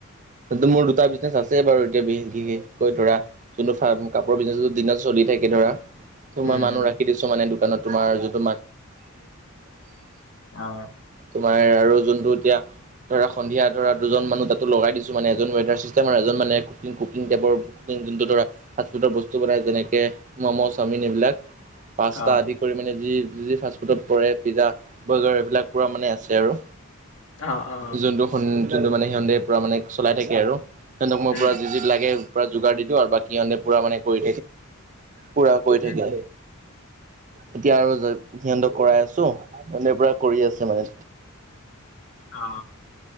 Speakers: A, on the right; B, on the left.
A: ত মোৰ দুটা বিজনেছ আছে। ছে বাৰু এতিয়া, বিশেষ কৈ ধৰা, যোনটো ফাৰ্, ম কাপোৰৰ বিজনেছটো দিনত চলি থাকে ধৰা। ত',
B: উম
A: মই মানুহ
B: উম
A: ৰাখি দিছোঁ মানে, দোকানত তোমাৰ যোনটো
B: অ'।
A: তোমাৰ আৰু যোনটো এতিয়া, ধৰা সন্ধিয়া ধৰা, দুজন মানুহ তাতো লগাই দিছোঁ। মানে এজন ৱেটাৰ চিষ্টেম আৰু এজন মানে ক কু টেৰ <unintelligible> কুকিং যোনটো ধৰা। ফাষ্ট ফুডৰ বস্তু বনাই, যেনেকে ম'ম' চাওমিন এইবিলাক, পাছতা
B: অ
A: আদি। কৰি মানে, যি, যি ফাষ্টফুডত পৰে পিজ্জা, বাৰ্গাৰ, সেইবিলাক পূৰা মানে আছে আৰু।
B: অ অ
A: যোনটো, যোনটো মানে সিহঁতে পুৰা মানে চলাই থাকে আৰু, সিহঁতক মই
B: উম
A: পুৰা যি, যি লাগে পুৰা যোগাৰ দি দিওঁ, আৰু বাকী সিহঁতে পুৰা মানে কৰি পুৰা কৰি
B: উম
A: থাকে, এতিয়া আৰু সিহঁতক কৰাই আছোঁ পুৰা কৰি আছে মানে।
B: অ',